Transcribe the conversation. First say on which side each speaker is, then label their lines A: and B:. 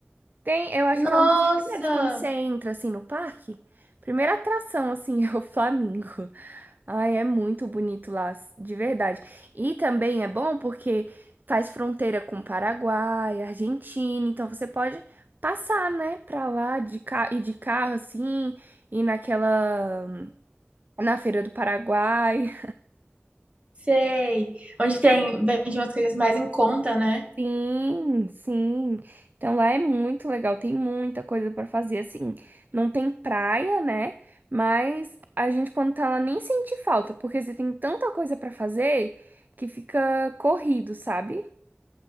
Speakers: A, on the right (about 45°); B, on the right (about 30°).
A: Tem, eu acho
B: Nossa!
A: que é um dos primeiros quando você entra assim no parque. Primeira atração assim <laughs> é o Flamingo. Ai, é muito bonito lá, de verdade. E também é bom porque faz fronteira com Paraguai, Argentina, então você pode passar, né, pra lá de carro e de carro assim, e naquela na Feira do Paraguai.
B: Sei. Onde tem, vende umas coisas mais em conta, né?
A: Sim, sim. Então lá é muito legal, tem muita coisa pra fazer. Assim, não tem praia, né? Mas a gente, quando tá lá, nem sente falta, porque você tem tanta coisa pra fazer que fica corrido, sabe?